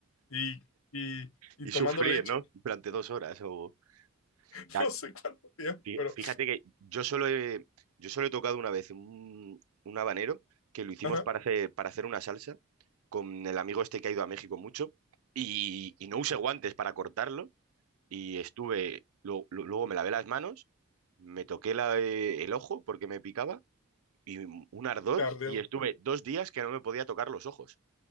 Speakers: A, on the left; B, on the right.
A: y, y, y
B: Y
A: tomando
B: sufrir,
A: leche,
B: ¿no? Durante dos horas. O, o
A: <laughs>
B: sea,
A: no sé cuánto tiempo,
B: fí-
A: pero
B: fíjate que yo solo he, yo solo he tocado una vez un, un habanero que lo hicimos
A: ajá,
B: para hacer, para hacer una salsa con el amigo este que ha ido a México mucho y, y no usé guantes para cortarlo y estuve, lo- lo- luego me lavé las manos, me toqué la- eh, el ojo porque me picaba y un ardor
A: cardio.
B: y estuve dos días que no me podía tocar los ojos.